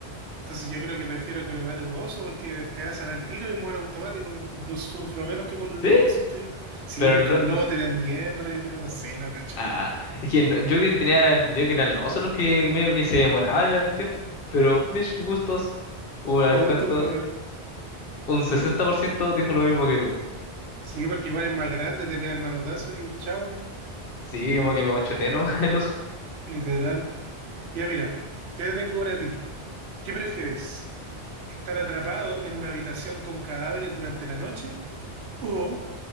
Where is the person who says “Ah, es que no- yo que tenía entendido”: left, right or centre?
Left